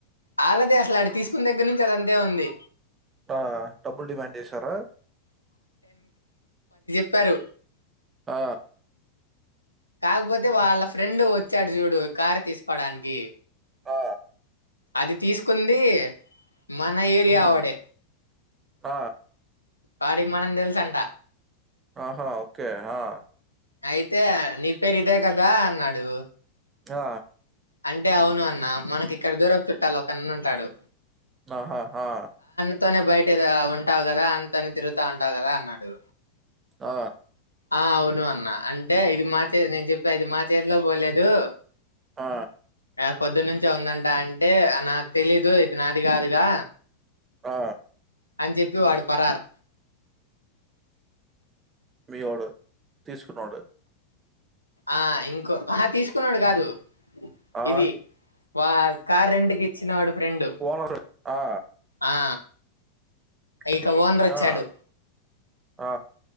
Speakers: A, on the left; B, on the right.
A: ఆళ్ళదే అసలు అడి తీసుకున్న దగ్గర నుంచి అది అదంతే ఉంది
B: ఆ డబ్బుల్ డిమాండ్ చేసారా
A: ప్పరు
B: ఆ
A: కాకపోతే వాళ్ళ ఫ్రెండ్ వచ్చాడు చూడు కారు తీసుకోవడానికి
B: ఆ
A: అది తీసుకుంది మన ఏరియా
B: హ్మ్.
A: వాడే
B: ఆ!
A: వాడికి మనం తెలుస అంట
B: ఆహా ఓకే ఆ
A: అయితే నీ పేరు ఇదే కదా అన్నాడు
B: ఆ
A: అంటే అవును అన్నా మనకి ఇక్కడ దూరపు చుట్టాలూ ఒక అన్నా ఉంటాడు
B: ఆహా హా
A: అతోనే బయట ఉంటావు కదా అంతనే తిరుగుతా ఉంటావు కదా అన్నాడు
B: ఆ
A: ఆ అవును అన్న అంటే ఇది మా చే నేను చెప్తే ఇది మా చేతిలో పోలేదు
B: ఆ
A: పొద్దునుంచే ఉందంట. అంటే నాకు తెలీదు ఇది నాది కాదుగా
B: ఆ
A: అని చెప్పి వాడు పరార్
B: మీ ఓడు తీసుకునోడు
A: ఆ ఇంకో ఆ తీసుకున్నాడు కాదు
B: ఆ
A: ఇది వా కార్ రెంట్ ఇచ్చినోడి ఫ్రెండు
B: ఓనర్ ఆ
A: ఆ
B: ఏంటి?
A: ఇంకా ఓనర్ వచ్చాడు
B: ఆ ఆ